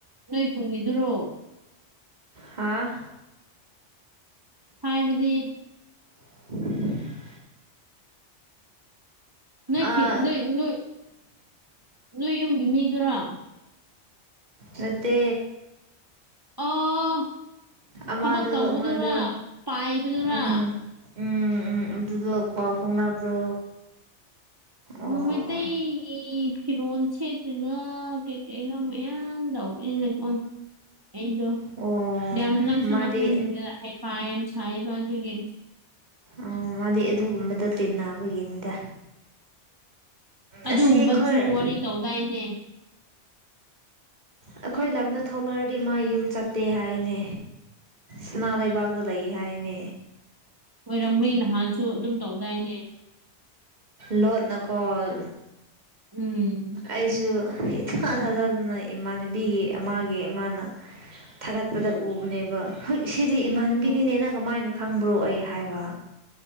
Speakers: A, on the right; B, on the right.
A: ꯅꯣꯏ ꯀꯨꯟꯒꯤꯗꯨꯔꯣ
B: ꯍꯥꯥ
A: ꯍꯥꯏꯕꯗꯤ
B: <inaudible>
A: ꯅꯣꯏ
B: ꯑꯥ
A: ꯅꯣꯏ ꯅꯣꯏ ꯅꯣꯏ ꯌꯨꯝꯒꯤ ꯃꯤꯗꯨꯔꯣ
B: ꯅꯠꯇꯦ
A: ꯑꯣ
B: ꯑꯃꯗꯣ
A: ꯊꯕꯛ ꯇꯧꯕꯗꯨꯔꯥ
B: ꯑꯃꯗꯣ
A: ꯄꯥꯏꯕꯅꯦꯕ
B: ꯎꯝ ꯎꯝ ꯎꯝ ꯑꯗꯨꯗꯨ ꯄꯥꯎ ꯐꯥꯎꯅꯕ꯭ꯔꯣ
A: ꯎꯝ
B: ꯑꯣ
A: ꯃꯩꯇꯩꯒꯤ ꯐꯤꯔꯣꯜ ꯁꯦꯠꯇꯔꯤꯅ ꯀꯩꯀꯩꯅꯣ ꯃꯌꯥꯝ ꯇꯧꯕꯅꯤꯅꯀꯣ ꯑꯩꯗꯣ
B: ꯑꯣ
A: ꯌꯥꯝ ꯅꯛꯁꯨ
B: ꯃꯥꯗꯤ
A: ꯅꯛꯅ ꯅꯤꯡꯖꯛ ꯍꯥꯏ ꯄ ꯌꯥꯝ ꯁꯥꯏꯕ ꯑꯗꯨꯒꯤ
B: ꯑ ꯃꯥꯗꯤ ꯑꯗꯨꯒꯨꯝꯕꯗ ꯇꯤꯟꯅꯕꯒꯤꯅꯤꯗ
A: ꯑꯗꯨꯒꯨꯝꯕꯖꯨ
B: ꯑꯁꯤ ꯑꯩꯈꯣꯏ
A: ꯋꯥꯔꯤ ꯇꯧꯗꯥꯏꯅꯦ
B: ꯑꯩꯈꯣꯏ ꯂꯝꯗ ꯊꯣꯛꯂꯛꯑꯗꯤ ꯃꯥ ꯌꯨꯝ ꯆꯠꯇꯦ ꯍꯥꯏꯅꯦ ꯁꯅꯥ ꯂꯩꯕꯥꯛꯇ ꯂꯩ ꯍꯥꯏꯅꯦ
A: ꯑꯣꯏꯔꯝꯃꯤ ꯅꯍꯥꯟꯁꯨ ꯑꯗꯨꯝ ꯇꯧꯗꯥꯏꯅꯦ
B: ꯂꯣꯠꯅ ꯀꯣꯜ
A: ꯎꯝ
B: ꯑꯩꯁꯨ ꯏꯊꯥ ꯊꯥꯖꯗꯅ ꯏꯃꯥꯟꯅꯕꯤꯒꯤ ꯃꯥꯒꯤ ꯏꯃꯥꯅ ꯊꯥꯒꯠꯄꯗ ꯎꯕꯅꯦꯕ ꯍꯣꯏ ꯁꯤꯗꯤ ꯏꯃꯥꯟꯅꯕꯤꯅꯤꯅꯦ
A: ꯎꯝ
B: ꯅꯪ ꯀꯃꯥꯏꯅ ꯈꯪꯕ꯭ꯔꯣ ꯑꯩ ꯍꯥꯏꯕ